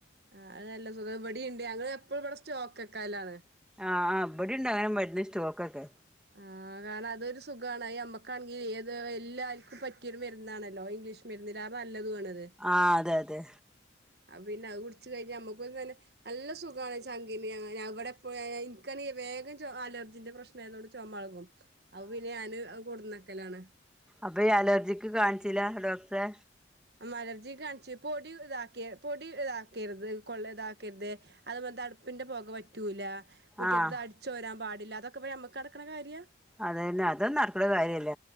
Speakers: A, on the right; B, in the centre.
A: ആ അത് നല്ല സുഖാ ഇവടീണ്ട് ഞങ്ങള് എപ്പളും ബടെ സ്റ്റോക്കക്കലാണ്
B: ആ ആ ഇബടിണ്ട് അങ്ങനെ മര്ന്ന് സ്റ്റോക്കൊക്കെ
A: ആ ഞാനതൊര് സ് സുഖാണ് അത് ഞമ്മക്കാണെങ്കി ഏത് എല്ലാര്ക്കും പറ്റ്യോര് മര്ന്നാണല്ലോ ഇംഗ്ലീഷ് മര്ന്നിലാറെ നല്ലതു ആണത്
B: ആ അതെ അതെ
A: അത് പിന്നെ അത് കുടിച്ച് കഴിഞ്ഞാ ഞമ്മക്കും തന്നെ നല്ല സുഖാണ് ചങ്കിന് ഇവടെ വേ ഇൻക്കാണെങ്കി വേഗം ചൊ അലർജിന്റെ പ്രശ്നായതോണ്ട് ചൊമ എൾകും അത് പിന്നെ ഞാന് അത് കൊട്ന്നെക്കലാണ്
B: അപ്പ ഈ അലർജിക്ക് കാൺചില ഡോക്ടറെ
A: ഉം അമലർജിക്ക് കാൺച്ച് പൊടി ഇതാക്കിയ പൊടി ഇതാക്കര്ത് കൊള്ള ഇതാക്കര്ത് അത് പോൽത്തെ അട്പ്പിന്റെ പൊക പറ്റൂല മുറ്റത്ത്ത്തെ
B: ആഹ്
A: അടിച്ചോരാം പാടില്ല അതൊക്ക ഇപ്പ ഞമ്മക്ക് നടക്ക്ണ കാര്യാ
B: അതേന്നെ അതൊന്നും നടക്ക്ണ കാര്യല്ല